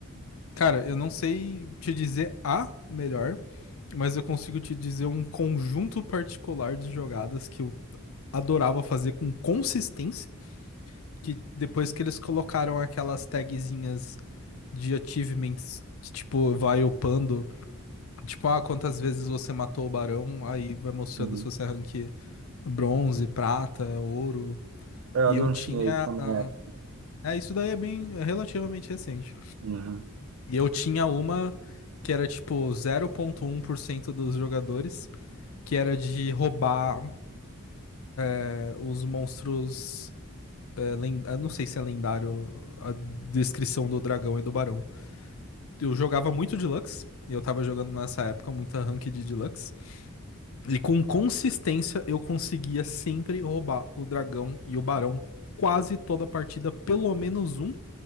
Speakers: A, on the left; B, on the right.
A: Cara, eu não sei te dizer a melhor, mas eu consigo te dizer um conjunto particular de jogadas que eu adorava fazer com consistência, que depois que eles colocaram aquelas tagzinhas de achievements que, tipo, vai upando, tipo, ah, quantas vezes você matou o barão, aí vai mostrando
B: Uhum.
A: se você é rank bronze, prata, ouro.
B: Eu
A: E
B: não
A: eu tinha.
B: tinha isso na minha
A: ah,
B: época.
A: É, isso daí é bem é relativamente recente.
B: Uhum.
A: E eu tinha uma que era tipo 0,1% dos jogadores, que era de roubar eh, os monstros é, len- eu não sei se é lendário a descrição do dragão e do barão. Eu jogava muito Deluxe, e eu tava jogando nessa época muita Ranked de Deluxe, e com consistência eu conseguia sempre roubar o dragão e o barão quase toda a partida, pelo menos um,